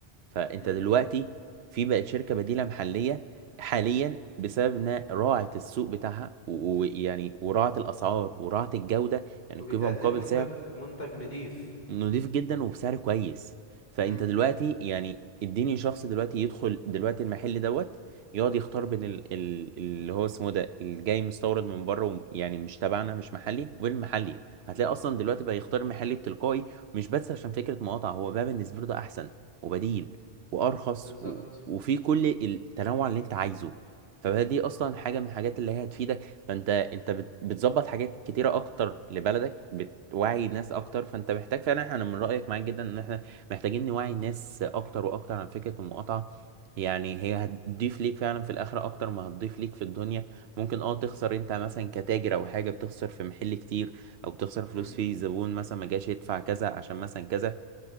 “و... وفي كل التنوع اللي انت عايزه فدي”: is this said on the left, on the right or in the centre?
Right